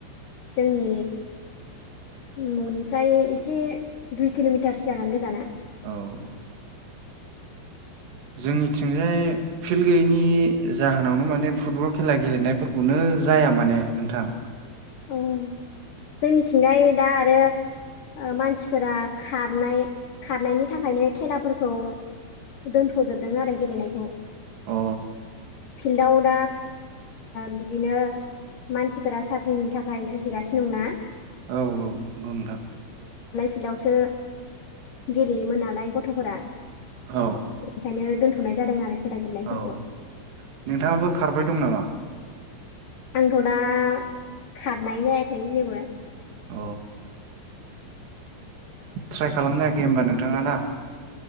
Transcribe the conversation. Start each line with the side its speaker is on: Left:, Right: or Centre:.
Left: जोंनि न'निफ्राय एसे दुइ किल'मिटारसो जागोन गोजाना
Right: औ जोंनिथिंजाय फिल्ड गैयैनि जाहोनावनो माने फुटबल खेला गेलेनायफोरखौनो जाया माने नोंथां
Left: औ जोंनिथिंजाय दा आरो मानसिफोरा खारनाय खारनायनि थाखायनो खेलाफोरखौ दोनथ'जोबदों आरो गेलेनायखौ
Right: अ
Left: फिल्डआव दा बिदिनो मानसिफोरा साख्रि ख्रिनि थाखाय जुजिगासिनो दंना
Right: औ औ नंगौ नोंथां
Left: फिल्डावसो गेलेयोमोन नालाय गथ'फोरा
Right: औ
Left: बेनिखायनो दोनथ'नाय जादों आरो खेला गेलेनायफोरखौ
Right: औ नोंथाङाबो खारबाय दं नामा?
Left: आंथ' दा खारनाय जायाखै जेबो
Right: अ ट्राइ खालामनाखै होनबा नोंथाङा ना?